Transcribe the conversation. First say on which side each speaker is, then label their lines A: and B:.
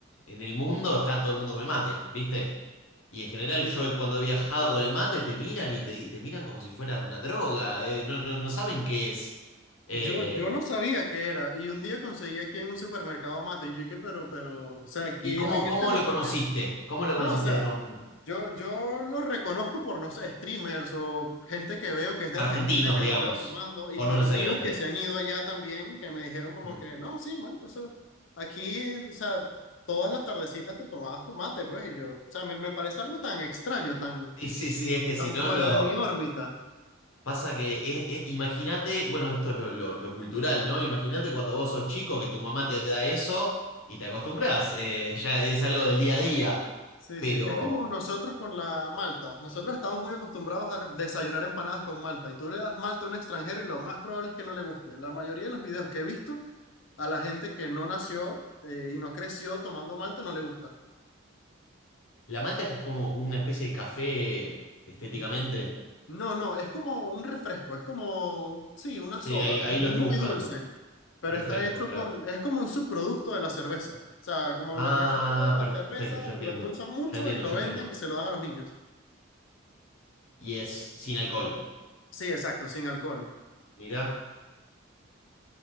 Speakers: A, on the left (about 80°); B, on the left (about 65°).
A: en el mundo está todo el mundo con el mate, ¿viste? Y en general
B: Sí,
A: yo
B: sí.
A: cuando he viajado con el mate te miran y te, y te miran como si fuera una droga. eh, no, no, no saben qué es. Eh,
B: Yo, yo no sabía qué era, y un día conseguí aquí en un supermercado mate, y yo dije, pero, pero, o sea, ¿qué,
A: ¿y cómo,
B: ¿a quién
A: cómo
B: se le
A: lo
B: ocurrió?
A: conociste? ¿Cómo lo conociste
B: No, o sea,
A: de nombre?
B: Yo, yo los reconozco por, no sé, streamers o gente que veo que es de Argentina,
A: Argentinos,
B: que
A: digamos.
B: los veo tomando, y
A: O
B: por
A: no necesariamente.
B: amigos que se han ido allá también, que me dijeron como
A: Mm.
B: que, no, sí, marico, eso, aquí, o sea, todas las tardecitas te tomabas tu mate, pues, y yo, o sea, me, me parece algo tan extraño, tan,
A: Sí, sí, sí. Es que
B: tan
A: si no
B: fuera
A: lo...
B: de mi órbita.
A: Pasa que, es- es- imagínate, bueno, esto es lo, lo- lo cultural, ¿no? Imagínate cuando vos sos chico que tu mamá te da eso y te acostumbras, eh, ya es algo del día a día.
B: Sí,
A: Pero
B: sí, es como nosotros con la malta. Nosotros estamos muy acostumbrados a desayunar empanadas con malta, y tú le das malta a un extranjero y lo más probable es que no le guste. La mayoría de los videos que he visto A la gente que no nació eh, y no creció tomando malta no le gusta.
A: la malta es que es como una especie de café estéticamente.
B: Mm. No, no, es como un refresco, es como, sí, una
A: Sí,
B: soda,
A: ahí, ahí
B: es
A: lo
B: muy
A: estoy buscando.
B: dulce, pero
A: Refresco,
B: está hecho
A: claro.
B: con, es como un subproducto de la cerveza. O sea, como
A: Ah,
B: lo que sobra de la
A: perfecto,
B: cerveza,
A: ya entiendo.
B: lo endulzan mucho
A: Ya entiendo,
B: y lo
A: ya
B: venden
A: entiendo.
B: y se lo dan a los niños.
A: Y es sin alcohol.
B: Sí, exacto, sin alcohol.
A: Mirá.